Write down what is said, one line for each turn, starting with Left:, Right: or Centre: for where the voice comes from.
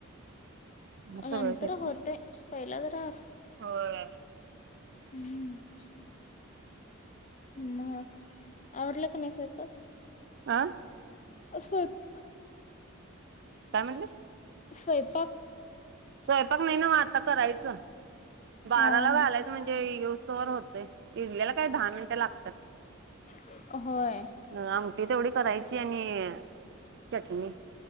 Right: मग सगळं
Left: <inaudible> <inaudible> नंतर
Right: घेतलं.
Left: होतंय पहिला जरा <unintelligible>
Right: होय.
Left: हम् <inaudible> मग आवरला का नाही स्वयंपाक.
Right: आ..
Left: अ स्वयंपा
Right: काय म्हणलीस?
Left: स्वयंपाक
Right: स्वयंपाक नाही नव्हं आता करायचं बाराला
Left: दाराला
Right: ला घालायचं म्हणजे येवू तोवर होतंय इडल्याला काय दहा मिनिटं ते लागतात
Left: लागत नाही. होय
Right: <inaudible> आम ती तेवढी करायची? आणि चटणी